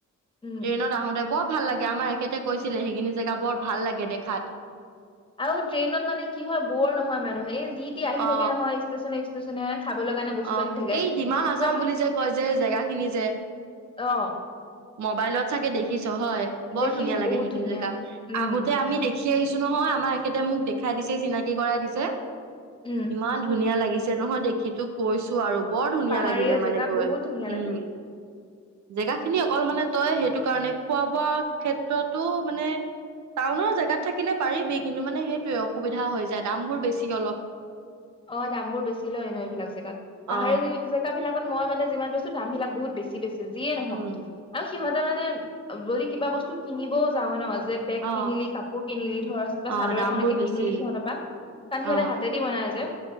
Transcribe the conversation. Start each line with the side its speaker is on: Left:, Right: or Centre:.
Left: উম
Right: ট্ৰেইনত আহোতে বৰ। ভাল লাগে আমাৰ এখেতে কৈছিলে সেইখিনি জেগা বৰ ভাল লাগে দেখাত।
Left: আৰু ট্ৰেইনত মানে কি হয় বৰ নহয় মানুহে এই যি তি আহি
Right: অ
Left: থাকে নহয় ষ্টেচনে <unintelligible> বস্তু
Right: অ'
Left: আনি থাকে
Right: এই ডিমা হাজাও
Left: কিবা
Right: বুলি যে কয় যে জেগা খিনি যে
Left: অ
Right: মবাইলত চাগে দেখিছ হয় বৰ
Left: দেখিছো
Right: ধুনীয়া লাগে
Left: বহুত
Right: সেইখিনি
Left: ধুনীয়া
Right: জেগা,
Left: উম
Right: আহোতে আমি দেখি আহিছো নহয় আমাৰ এখেতে মোক দেখাই দিছে চিনাকি কৰাই দিছে।
Left: উম
Right: ইমান ধুনীয়া লাগিছে। ছে নহয় দেখি তোক কৈছো আৰু। বৰ ধুনীয়া
Left: পাহাৰীয়া
Right: লাগিলে
Left: জেগা
Right: মানে গৈ
Left: বহুত ধুনীয়া লাগে।
Right: উম। জেগা খিনি অকল মানে তই সেইটো কাৰণে খোৱা বোৱা ক্ষেত্ৰতো মানে টাউনৰ জেগাত থাকিলে পাৰিবি কিন্তু মানে সেইটোৱে অসুবিধা হৈ যায় দামবোৰ বেছি অলপ।
Left: অ' দাম বোৰ বেছি লয় এনো এইবিলাক জোত তাহাৰৰি
Right: অ
Left: য জেগ বিলাক মইা মানে যিমান <unintelligible> দাম বিলাক বহুত বেছি বেছি যিয়ে নহওক
Right: উম
Left: আৰু সিহঁতে মানে যদি কিবা বস্তু কিনিবও যাওঁ নহ। যে বেগ
Right: অ
Left: কিনিলি কাপোৰ কিনিলি ধৰ কিবা
Right: অ
Left: চাদৰ
Right: দামবোৰ
Left: এখনকে
Right: বেছি
Left: কিনিলি সিহঁতৰ পৰা কাৰণ
Right: অ
Left: সিহঁতে হাতে দি বনাই যে।